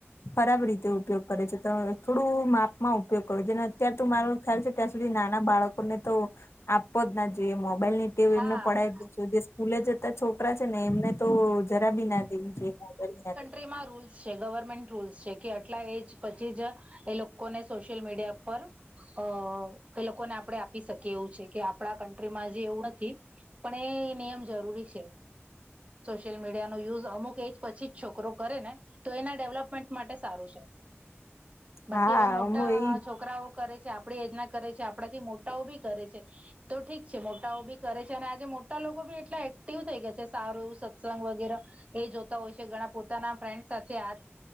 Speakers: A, on the left; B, on the right.
A: ખરાબ રીતે ઉપયોગ કરે છે તો થોડું માપમાં ઉપયોગ કરો છ ને અત્યાર તો મારું ખ્યાલ છે ત્યાં સુધી નાના બાળકોને તો આપવો જ ના જોઈએ મોબાઈલ ની. તે
B: હા
A: એમને પડાવી દેો જે સ્કૂલે જતા છોકરા છે ને એમને તો જરા બી ના દેવું ના દ.
B: એ માં રોલ છે ગવર્મેન્ટ રૂલ્સ છે કે આટલા એજ પછી જ એ લોકોને સોશિયલ મીડિયા પર અ એ લોકોને આપણે આપી શકીએ એવું છે કે આપણા કન્ટ્રીમાં જે એવું નથી. પણ એ નિયમ જરૂરી છે. સશિયલ મીિયાનો યુઝ અમુક એજ પછી જ છોકરો કરે ને તો એના ડેવલપ માટે સારું છે
A: હા
B: બાકી હવે મોટા
A: હું એ
B: છોકરાઓ કરે આપડે એજના કરે છે આપણાથી મોટાઓ ભી કરે છે. તો ઠીક છે મોટાઓ બી કરે છે અને આજે મોટા લોકો બી એટલા એક્ટિવ થઈ ગયા છે સારું એવું સ ંગ વગે એ જોતા હોય છે ઘણા પોતાના ફ્રેન્ડ સાથે આ